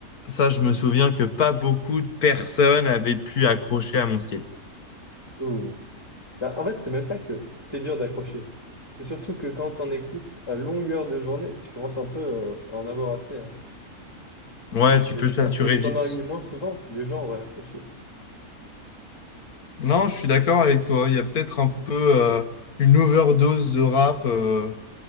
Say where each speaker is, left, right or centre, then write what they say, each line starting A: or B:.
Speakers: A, on the left; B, on the left.
A: ça, je me souviens que pas beaucoup de personnes avaient pu accrocher à mon style.
B: Ouh. Bah, en fait, c'est même pas que c'était dur d'accrocher. C'est surtout que quand on écoute à longueur de journée, tu commences un peu euh, à en avoir assez. hein.
A: Ouais, tu
B: Mais
A: peux
B: je pense
A: saturer
B: que t'en
A: vite.
B: aurais mis moins souvent, les gens auraient accroché.
A: Non, je suis d'accord avec toi. Il y a peut-être un peu euh, une overdose de rap. euh.